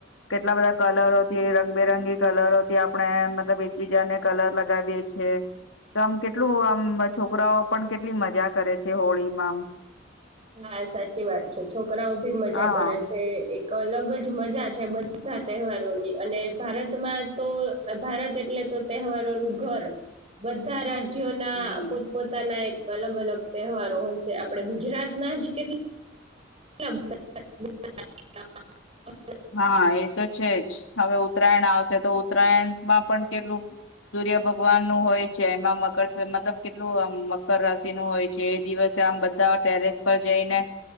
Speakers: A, on the left (about 80°); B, on the right (about 30°).
A: કેટલા બધા કલરોથી રંગબેરંગી કલરોથી આપણે મતલબ એકબીજાને કલર લગાવીએ છેએ તો આમ કેટલું આમ છોકરાઓ પણ કેટલી મજા કરે છે, હોળીમાં.
B: હા સાચી વાત છે, છોકરાઓ ભી
A: આમ
B: મજા કરે
A: હા
B: છે, એક અલગ જ મજા છે, બ બધા તહેવારોની અને ભારતમાં તો ભારત એટલે તો તહેવારોનું ઘર બધા રાજ્ય.
A: હમ
B: <inaudible> પોતાના એક. અલગ અલગ તહેવારો હોય છે, આપડે ગુજરાત. <inaudible> <inaudible>
A: હા એ તો છે, જ હવે ઉત્તરાયણ આવશે તો ઉત્તરાયણમાં પણ કેટલું સૂર્ય ભગવાન નું હોય છે, એમાં મકર મતલબ કેટલું આમ મકર રાશિ નું હોય છે, એ દિવસે આમ બધા ટેરેસ પર જઈને